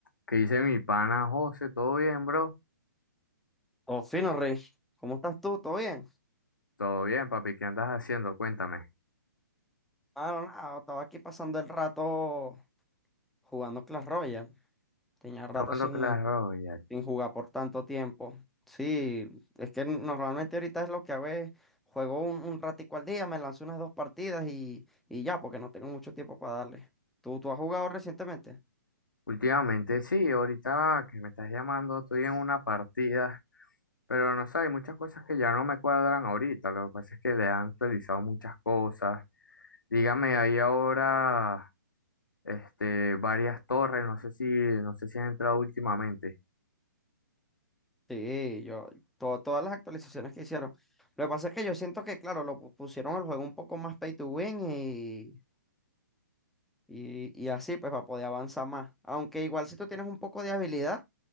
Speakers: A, on the left; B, in the centre.
A: ¿Qué dice mi pana José? ¿Todo bien, bro?
B: Oh, fino, Rey. ¿Cómo estás tú? ¿Todo bien?
A: Todo bien, papi. ¿Qué andas haciendo? Cuéntame.
B: Ah, no, nada. Estaba aquí pasando el rato jugando Clash Royale. Tenía
A: ¿Estás
B: rato
A: jugando
B: sin,
A: Clash Royale?
B: sin jugar por tanto tiempo. Sí, es que normalmente ahorita es lo que hago es juego un, un ratico al día, me lanzo unas dos partidas y, y ya, porque no tengo mucho tiempo para darle. ¿Tú, tú has jugado recientemente?
A: Últimamente sí, ahorita que me estás llamando estoy en una partida, pero no sé, hay muchas cosas que ya no me cuadran ahorita. Lo que pasa es que le han actualizado muchas cosas. Dígame, hay ahora este, varias torres, no sé si, no sé si has entrado últimamente.
B: Sí, yo, to- todas las actualizaciones que hicieron. Lo que pasa es que yo siento que, claro, lo pu- pusieron el juego un poco más pay to win Y, y así pues va a poder avanzar más. Aunque igual si tú tienes un poco de habilidad,